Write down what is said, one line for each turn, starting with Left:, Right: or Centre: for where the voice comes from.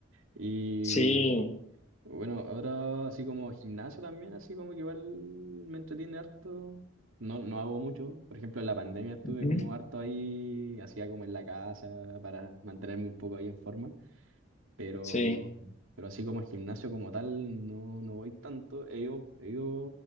Right: Y
Left: Sí,
Right: Sí. bueno, ahora así como gimnasio también, así como que igual me entretiene harto. No, no hago mucho. Por ejemplo, en la pandemia estuve
Left: ujú,
Right: como harto ahí, hacía como en la casa para mantenerme un poco ahí en forma pero,
Left: sí.
Right: pero así como gimnasio como tal, no, no voy tanto. He ido, he ido